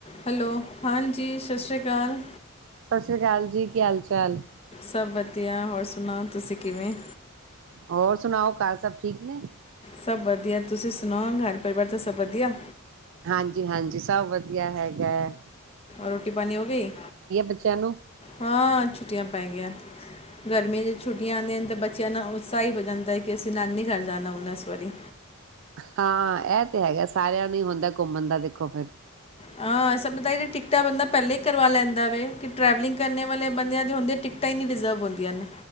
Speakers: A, on the left; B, on the right.
A: Hello ਹਾਂਜੀ, ਸਤਿ ਸ਼੍ਰੀ ਅਕਾਲ।
B: ਸਤਿ ਸ਼੍ਰੀ ਅਕਾਲ ਜੀ, ਕੀ ਹਾਲ ਚਾਲ।
A: ਸਭ ਵਧੀਆ ਹੋਰ ਸੁਣਾ ਤੁਸੀਂ ਕਿਵੇਂ?
B: ਹੋਰ ਸੁਣਾਓ ਘਰ ਸਭ ਠੀਕ ਨੇ?
A: ਸਭ ਵਧੀਆ ਤੁਸੀਂ ਸੁਣਾਓ ਘਰ ਪਰਿਵਾਰ ਚ ਸਭ ਵਧੀਆ?
B: ਹਾਂਜੀ ਹਾਂਜੀ ਸਭ ਵਧੀਆ ਹੈਗਾ ਹੈ।
A: ਰੋਟੀ ਪਾਣੀ ਹੋ ਗਈ?
B: ਬੱਚਿਆਂ ਨੂੰ?
A: ਹਾਂ ਛੁੱਟੀਆਂ ਪੈ ਗਈਆਂ। ਗਰਮੀਆਂ ਦੀ ਛੁੱਟੀਆਂ ਆਦੀਆਂ ਨੇ ਤਾਂ ਬੱਚਿਆਂ ਨਾ ਉਤਸਾ ਹੀ ਹੋ ਜਾਂਦਾ ਹੈ ਕਿ ਅਸੀਂ ਨਾਨੀ ਘਰ ਜਾਣਾ ਹੁੰਨਾ ਇਸ ਵਾਰੀ।
B: ਹਾਂ ਏ ਤੇ ਹੈਗਾ ਸਾਰਿਆਂ ਨੂੰ ਹੀ ਹੁੰਦਾ। ਘੁੰਮਣ ਦਾ ਦੇਖੋ ਫਿਰ?
A: ਹਾਂ ਅਸਾ ਪਤਾ ਹੀ ਟਿਕਟਾਂ ਬੰਦਾ ਪਹਿਲਾਂ ਹੀ ਕਰਵਾ ਲੈਂਦਾ ਵੇ ਕਿ ਟਰੈਵਲਿੰਗ ਕਰਨੇ ਵਾਲੇ ਬੰਦਿਆਂ ਦੇ ਹੁੰ ਟਿਕਟਾਂ ਹੀ ਨਹੀਂ ਰਿਜ਼ਰਵ ਹੁੰਦੀਆਂ ਨੇ।